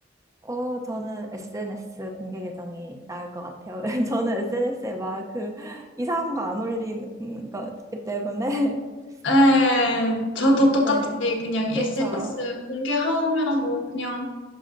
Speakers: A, on the right (about 15°); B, on the left (about 75°).
A: 어, 저는 SNS 공개 계정이 나을 것 같아요. <laughs> 저는 SNS에 막 그 이상한 거 안 올리는 거기 때문에. <laughs>
B: 네, 저도 똑같이
A: 네.
B: 그냥 SNS
A: 그쵸.
B: 공개하면 뭐 그냥